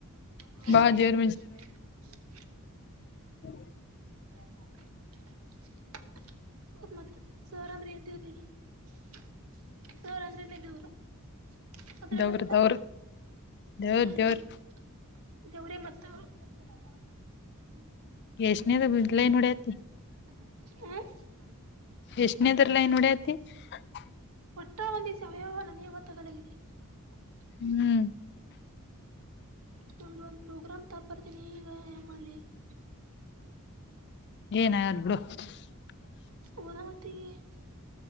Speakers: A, on the right; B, on the left.
A: <unintelligible>
B: ಬಾಳ ದೇವ್ರ
A: <unintelligible> <inaudible>
B: ಹ್ಮ. <unintelligible>
A: ಎಲ್ಲಾ. <unintelligible> ಹೌದ, ಮತ್ತೆ, ಸಾರ್ ಅಂದ್ರೆ ಏನ್ ತಿಳ್ಕೊಂಡಿ. <unintelligible> ಸಾರ್ ಅಂದ್ರೆನೆ, ದೇವರು. <unintelligible> ಆ ಕಡೆ,
B: ದೇವ್ರ
A: ಬರುತ್ತದ,
B: ದವ್ರ ದೇವ್ರ
A: ಹ್ಮ್ಮ್.
B: ದೇವ್ರ
A: <unintelligible> ದೇವ್ರೇ, ಮತ್ತು. <unintelligible>
B: ಎಸ್ಟಿಯೆನೈದು, ಬಿಗಿಲೆ, ಏನ್ ಮಾಡತಿ. <unintelligible>
A: ಹ. <unintelligible>
B: ಎಷ್ಟನೆದು ಲೈನ್ ಹೊಡೈತಿ. <unintelligible>
A: ತು, ನೀನು, ಸಹಾಯ ನನಗೆ ಬರುತ್ತಾನೆಂಗಿದೆ. <unintelligible>
B: ಹ್ಮ್. <unintelligible>
A: ನಮ್ಧು, ಒಂದ್ ಪ್ರೋಗ್ರಾಮ್ ತ ಬರ್ತನಿ ಈಗ ಏನ್ ಮಾಡ್ಲಿ? <unintelligible>
B: ಏನಾಗಲ್ಲ ಬಿಡು. <unintelligible>
A: ಸ್ಕೂಲ್ ಅವತಿ. <unintelligible>